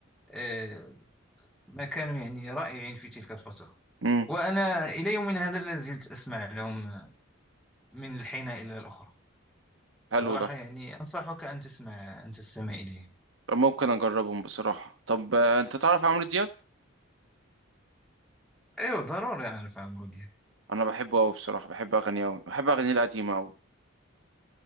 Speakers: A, in the centre; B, on the right.
A: آه، ما كانوا يعني رائعين في تلك الفترة
B: مم.
A: وأنا إلى يومنا هذا لا زلت أسمع لهم من الحين إلى الأخرى
B: حلو
A: صراحة
B: ده
A: يعني أنصحك أن تسمع أن تستمع إليهم
B: ممكن اجربهم بصراحه طب آه، انت تعرف عمرو دياب
A: أيوه ضروري أعرف عمرو دياب
B: انا بحبه قوي بصراحه بحب اغانيه قوي بحب اغانيه القديمه قوي